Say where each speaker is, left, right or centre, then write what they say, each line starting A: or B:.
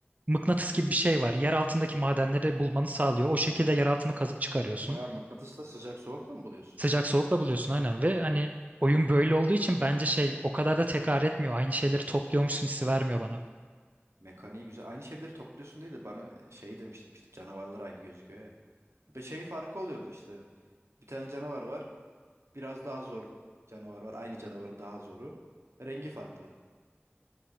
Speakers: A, on the right (about 35°); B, on the right (about 90°).
A: mıknatıs gibi bir şey var. Yer altındaki madenleri bulmanı sağlıyor. O şekilde yer altını kazıp çıkarıyorsun.
B: Bayağı mıknatısla sıcak soğukla mı buluyorsun?
A: Sıcak soğukla buluyorsun aynen ve hani oyun böyle olduğu için bence şey o kadar da tekrar etmiyor. Aynı şeyleri topluyormuşsun hissi vermiyor bana.
B: Hmm. Mekaniği güzel. Aynı şeyleri topluyorsun değil de bana şey demiştim işte canavarlar aynı gözüküyor ya. Ve şey farkı oluyordu işte. Bir tane canavar var. Biraz daha zor canavar var. Aynı canavarın daha zoru. Rengi farklı.